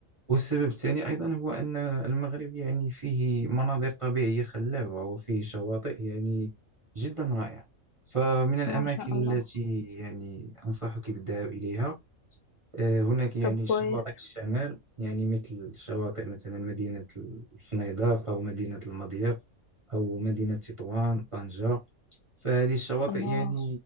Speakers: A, on the right; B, on the left.
A: والسبب الثاني أيضا هو أن المغرب يعني فيه مناظر طبيعية خلابة وفيه شواطئ يعني جدا رائعة فمن الأماكن
B: ما شاء الله
A: التي يعني أنصحك بالذهاب إليها آه، هناك يعني
B: طب كويس
A: شواطئ الشمال يعني مثل شواطئ مثلا مدينة الفنيدق أو مدينة المضيق أو مدينة تطوان طنجة فهذه الشواطئ
B: الله
A: يعني